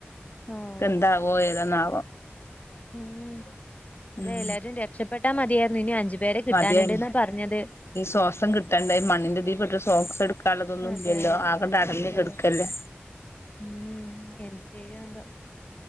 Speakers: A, on the left; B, on the left.
A: ആഹ്.
B: എന്താകുവോ ഏതന്നാവോ?
A: ഉം അതെ
B: ഉം
A: എല്ലാരും രക്ഷപ്പെട്ടാ മതിയായിരുന്നു, ഇനി അഞ്ചു പേരെ കിട്ടാനുണ്ട്ന്നാ
B: മതിയായി
A: പറഞ്ഞത്.
B: ഈ ശോസം കിട്ടണ്ടേ. ഈ മണ്ണിൻ്റെ അടി പെട്ടാൽ ശോസം എടുക്കാ തലതൊന്നും
A: അതെ
B: ഇല്ലല്ലോ ആകെ ട്ടടഞ്ഞിക്കെടുക്കല്ലേ
A: ഇല്ലല്ലോ ഉം എന്ത് ചെയ്യും എന്തോ.